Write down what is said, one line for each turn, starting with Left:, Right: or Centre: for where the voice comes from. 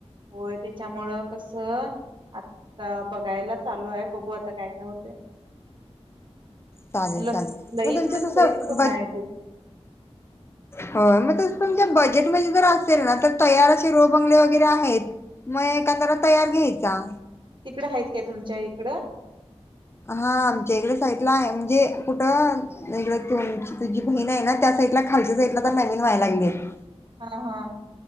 Right: होय त्याच्यामुळं कस आता बघायला चालू आहे बघू आता काय-काय होते. <inaudible>
Left: चालेल
Right: ल-लईच
Left: चालेल मग तुमचं
Right: म्हणजे
Left: तसं
Right: लईच जुनं आहे ते. <inaudible>
Left: हा मग त तुमच्या बजेटमध्ये जर असेल ना तर तयार असे रो बंगले वगैरे आहेत. मग एका तर तयार घ्यायचा.
Right: तिकडं आहेत काय तुमच्या इकडं?
Left: हा आमच्या इकडे साईटला आहे म्हणजे कुठं नाय इकड तुमची तुझी बहीण आहे ना त्या साईडला खालच्या साईडला आता नवीन व्हायला लागलीत.
Right: हा-हा